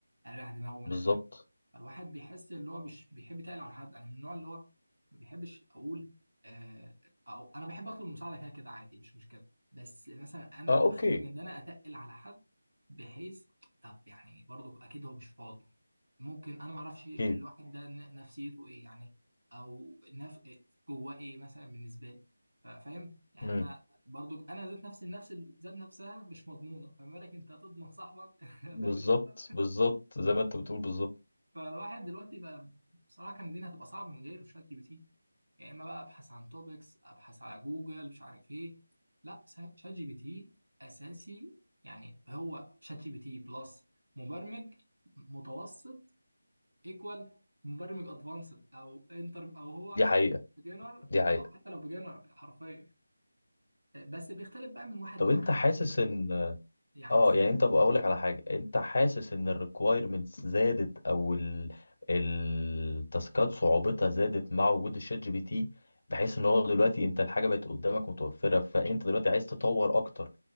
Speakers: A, on the right; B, on the left.
A: اريح دماغه من
B: بالظبط
A: الاخر فالواحد بيحس ان هو مش بيحب يتقل على حد انا من النوع اللي هو ما بيحبش اقول آه او انا بحب اطلب المساعده كده كده عادي مش مشكله بس مثلا انا
B: اه
A: بخاف
B: اوكي
A: من ان انا اتقل على حد بحيث طب يعني برضو اكيد هو مش فاضي ممكن انا ما اعرفش الواحد
B: اكيد
A: ده ن- نفسيته ايه يعني او نف... جواه ايه مثلا بالنسبه لي ف- فاهم يعني
B: امم
A: انا برضو انا ذات نفسي النفس ذات نفسها مش مضمونه فما بالك انت هتضمن صاحبك <laughs>
B: بالظبط
A: فاهم الحته
B: بالظبط زي ما انت بتقول بالظبط
A: فالواحد دلوقتي بقى بصراحه كان الدنيا هتبقى صعبه من غير شات جي بي تي يا اما بقى ابحث عن توبكس ابحث على جوجل مش عارف ايه لا سا- شات جي بي تي اساسي يعني هو شات جي بي تي بلس مبرمج متوسط ايكوال مبرمج ادفانسد او انتر او هو
B: دي حقيقه
A: بيجنر
B: دي حقيقه
A: او حتى لو بيجنر حرفيا بس بيختلف بقى من واحد
B: طب
A: لواحد
B: انت حاسس ان
A: يعني
B: اه
A: ازاي
B: يعني انت بقول لك على حاجه انت حاسس ان الريكوايرمنتس زادت او ال التاسكات صعوبتها زادت مع وجود الشات جي بي تي بحيث ان هو دلوقتي انت الحاجه بقت قدامك متوفره فانت دلوقتي عايز تطور اكتر